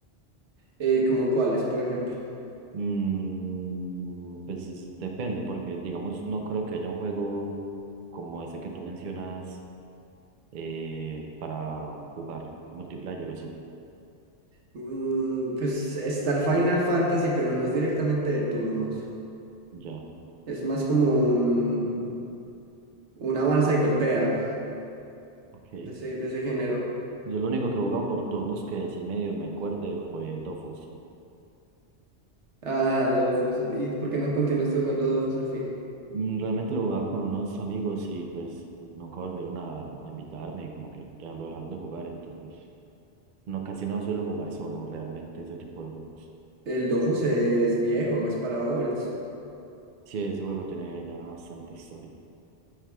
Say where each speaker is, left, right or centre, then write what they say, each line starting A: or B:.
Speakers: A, on the right; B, on the right.
A: Eh, como cuáles, por ejemplo.
B: Mm, pues es- depende, porque digamos, no creo que haya un juego como ese que tú mencionas eh, para jugar multiplayer o sí.
A: Mm, Pues está el Final Fantasy, pero no es directamente de turnos.
B: Ya,
A: Es más como un, un avanza y golpea
B: ok.
A: de ese, de ese género.
B: Yo lo único que jugaba por turnos que sí medio me acuerde fue Dofus.
A: Ah, Dofus. ¿Y por qué no continuaste jugando Dofus al fin?
B: Mm, Realmente lo jugaba con unos amigos y pues nunca volvieron a, a invitarme y como que ya lo dejaron de jugar, entonces no, casi no suelo jugar solo realmente ese tipo de juegos.
A: El Dofus es viejo, es para olds.
B: Sí, ese juego tiene ya bastante historia.